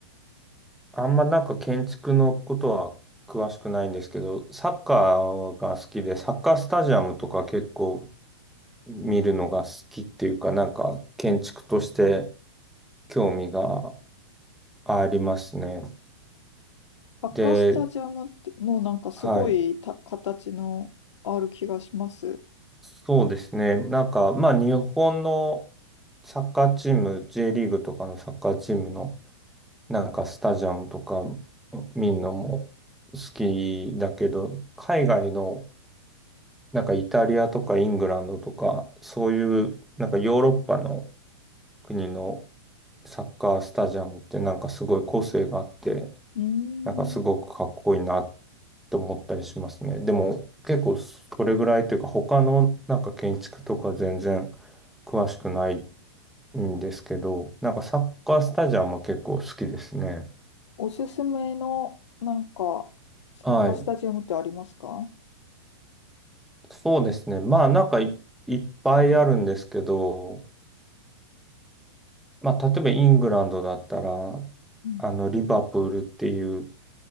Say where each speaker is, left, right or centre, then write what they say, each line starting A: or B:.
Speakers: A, in the centre; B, on the left (about 80°).
A: あんまなんか建築のことは詳しくないんですけど、サッカーが好きで、サッカースタジアムとか結構見るのが好きっていうか、なんか建築として興味がありますね。
B: サッカースタジアムって、
A: で、
B: もうなんかすごいた形のある気がします。
A: はい。そうですね。なんか、まあ、日本のサッカーチーム、J リーグとかのサッカーチームの、なんか、スタジアムとか見るのも好きだけど、海外の、なんか、イタリアとかイングランドとか、そういう、なんか、ヨーロッパの国のサッカースタジアムって、なんか、すごい個性があって、
B: うーん。
A: なんか、すごくかっこいいなと思ったりしますね。でも結構それぐらいというか他のなんか建築とか全然詳しくないんですけど、なんかサッカースタジアムは結構好きですね。
B: おすすめの、なんか、サッカースタジアムってありますか
A: はい。そうですね。まあなんかい、いっぱいあるんですけど、まあ例えばイングランドだったら、
B: うん。
A: あのリバプールっていう